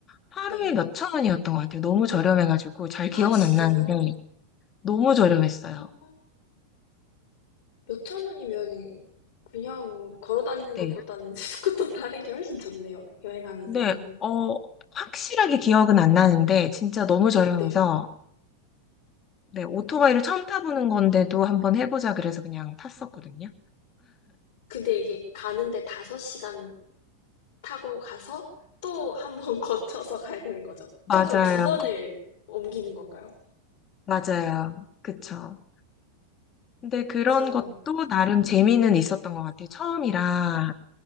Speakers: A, on the left; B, on the left.
A: 하루에
B: 네.
A: 몇 천 원이었던 것 같아요. 너무 저렴해가지고 잘
B: 아,
A: 기억은
B: 진짜요?
A: 안 나는데 너무 저렴했어요.
B: 어, 몇천 원이면은 그냥 걸어 다니는
A: 네.
B: 것보다는 <laughs> 스쿠터 타는 게 훨씬 좋네요. 여행하면서는.
A: 네, 어, 확실하게 기억은 안 나는데, 진짜 너무 저렴해서,
B: 네.
A: 네, 오토바이를
B: 아.
A: 처음 타보는 건데도 한번 해보자 그래서 그냥 탔었거든요.
B: 근데 이게 가는데 5시간 타고 가서 또 한 번 <laughs> 거쳐서 가야 되는 거죠.
A: 맞아요,
B: 총 그럼 두 번을 옮기는 건가요?
A: 맞아요. 그쵸. 근데
B: 그렇지만,
A: 그런 것도 나름 재미는
B: 네.
A: 있었던 것 같아요. 처음이라